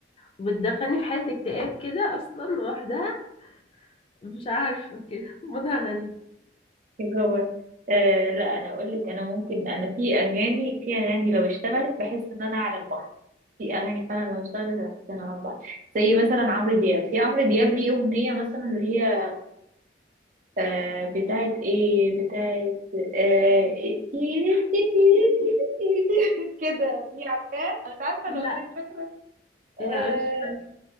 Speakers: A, on the left; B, on the right.
A: وبتدخلني في حالة اكتئاب كده أصلا لوحدها مش عارفة كده <laughs> مودها غريب
B: جوه آه لا انا اقول لك انا ممكن انا في اغاني في اغاني لو اشتغلت بحس ان انا على البحر في اغاني فعلا لو اشتغلت بحس ان انا على البحر زي مثلا عمرو دياب في عمرو دياب ليه اغنيه مثلا اللي هي آه بتاعت ايه بتاعت آه إيه، تيري تي- تيري تيري تيري تيري <laughs> كده دي عارفاه انا مش عارفه
A: لا
B: الاغنيه مش فاكره آه
A: لا مش فاكرة